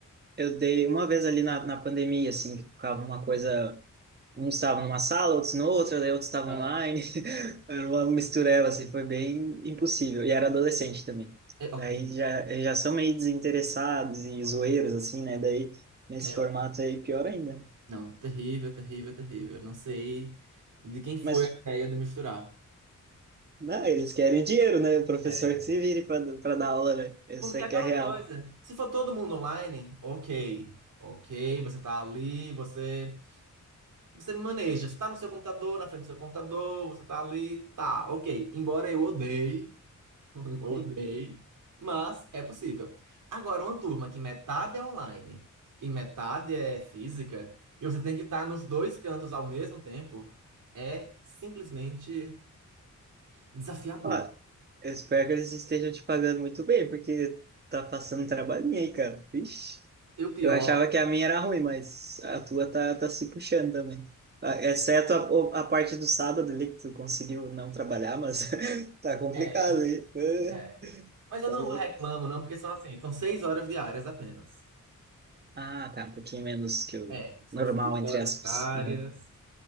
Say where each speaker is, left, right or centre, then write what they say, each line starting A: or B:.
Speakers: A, on the right; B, on the right.
A: Eu dei uma vez ali na, na pandemia, assim, que ficava uma coisa. Uns estavam numa sala, outros no outra, daí outros estavam
B: Ah,
A: online. <laughs> Era uma mistureba, assim, foi bem impossível. E era adolescente também.
B: É É
A: Daí
B: horrível.
A: já, eles já são meio desinteressados e zoeiros, assim, né? Daí nesse
B: É
A: formato
B: horrível.
A: aí, pior ainda.
B: Não, terrível, terrível, terrível. Não sei de quem foi
A: Mas,
B: a ideia de misturar.
A: não, eles querem dinheiro, né? O professor
B: É.
A: que se vire para dar aula, né? isso
B: Porque
A: é
B: é aquela
A: que é real.
B: coisa. Se for todo mundo online, ok. Ok, você tá ali, você. Você maneja, você tá no seu computador, na frente do seu computador, você tá ali, tá, ok. Embora eu odeie, <laughs> eu odeie,
A: Sim.
B: mas é possível. Agora, uma turma que metade é online e metade é física, e você tem que estar nos dois cantos ao mesmo tempo, é simplesmente desafiador.
A: Ó, eu espero que eles estejam te pagando muito bem, porque tá passando um trabalhinho aí, cara. Vixe.
B: E o pior
A: Eu achava que a minha era ruim, mas a tua tá, tá se puxando também. Ah, Exceto a, o- a parte do sábado ali que tu conseguiu não trabalhar, mas <laughs> tá complicado
B: é,
A: aí. Ah,
B: é. Mas eu
A: Tá
B: não
A: louco.
B: reclamo, não, porque são assim, são seis horas diárias apenas.
A: Ah, tá, um pouquinho menos que o
B: É, são
A: normal,
B: seis
A: entre
B: horas
A: aspas.
B: diárias.
A: Aham.